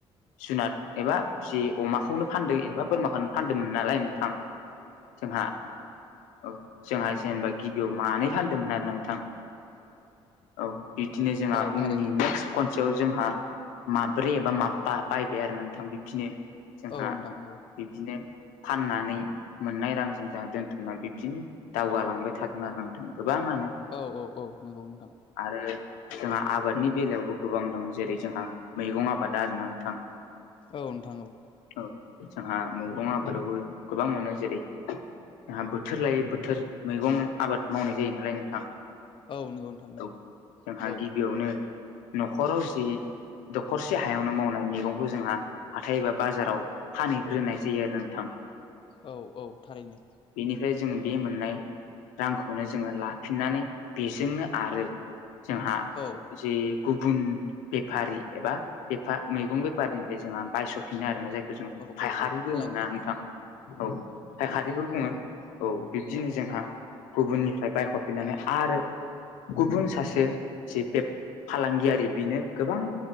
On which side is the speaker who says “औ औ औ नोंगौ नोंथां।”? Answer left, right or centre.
Left